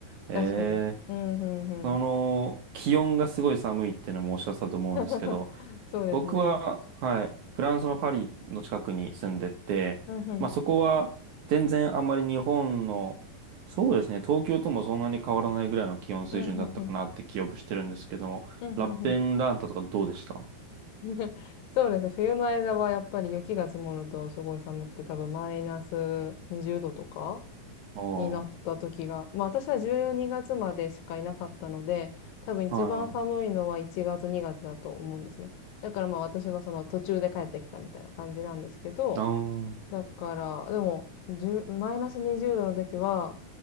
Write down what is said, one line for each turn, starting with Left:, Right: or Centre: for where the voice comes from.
Right: ええ
Left: 確かに。うん、うん、うん。
Right: その、気温がすごい寒いっていうのもおっしゃってたと思うんですけど、
Left: <laughs> そうですね。
Right: 僕は、はい、フランスのパリの近くに住んでて、
Left: うん、うん。
Right: まあそこは全然あんまり日本の、そうですね、東京ともそんなに変わらないぐらいの気温水準だったかなって記憶してるんですけども、
Left: うん、うん、うん。うん、うん、
Right: ラッペンランタとかどうでした
Left: うん。<laughs> そうですね。冬の間はやっぱり雪が積もるとすごい寒くて多分マイナス20度とか
Right: ああ、
Left: になった時が、
Right: は
Left: まあ私は12月までしかいなかったので、多分一番寒いのは1月2月だと思うんですね。
Right: いは
Left: だからまあ私はその途中で帰ってきたみたいな感じなんですけど、
Right: い。ああ、
Left: だから、でも、じゅうマイナス20度の時は、